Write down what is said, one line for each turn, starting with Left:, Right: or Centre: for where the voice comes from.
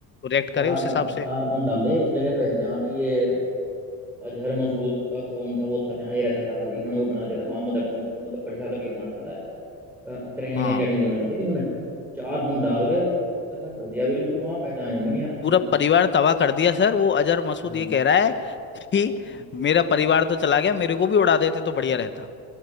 Left: रिएक्ट
Centre: चार
Left: करे उस
Centre: बम-
Left: हिसाब से
Centre: चार बम डाल ले उस जगह पे जहाँ पे ये अजहर मसूद का कौन सा वो था जहाँ ये रहता था इन्होंने वो बना दिया था वहां मदरसा मदरसा मतलब बढ़िया करके बना रखा था ट्रेनिंग
Left: हाँ
Centre: एकेडमी बना रखी थी इन्होंने चार बम डाल के ऐसा कर दिया बिल्कुल वहां पहचाने में भी नहीं आ रहा
Left: पूरा
Centre: यहाँ कुछ
Left: परिवार
Centre: था
Left: तबाह कर दिया सर वो अजहर मसूद
Centre: हम्म,
Left: ये कह रहा है कि
Centre: हम्म।
Left: मेरा परिवार तो चला गया मेरे को भी उड़ा देते तो बढ़िया रहता